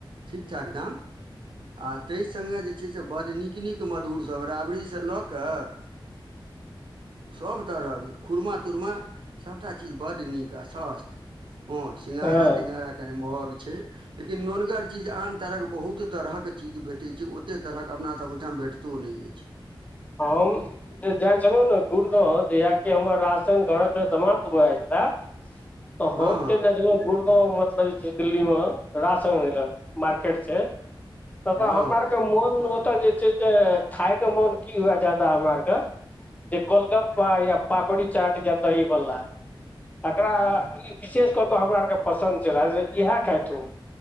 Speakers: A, on the right (about 65°); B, on the left (about 15°).
A: ठीक ठाक दाम आ ताहि सङ्गे जे छै। बड़ नीक, नीक मधुर सब राबड़ी से लऽ कऽ सभ तरहक खुरमा, तुरमा सबटा चीज बड्ड नीक आ स्वस्थ! हँ सिंघड़ा,
B: हँ
A: तिघड़ा कनि महंग छै। लेकिन नोनगर चीज आन तरह के बहुत तरह के चीज भेटे छै, ओते तरह के अपना सब ठाम भेट- त ओ नै अइछ।
B: हम जे जाइ छलहुँ ने गुड़गांव जहिया हमर राशन घर के समाप्त भऽ जाइ छला तऽ हम
A: हँ हँ
B: चल जाइ छलऊ मतलब जे दिल्ली मे राशन लैला मार्केट छै। ततऽ
A: हँ
B: हमरा आरके
A: हँ
B: मोन ओतऽ जे छै से खायके मोन की हुए जादा हमरा और के जे गोलगपा, या पापड़ी चाट, या दही, भल्ला। तकरा ई विशेष कऽ कऽ हमरा आरके पसन्द छलाऽ, से इहै कहथुन।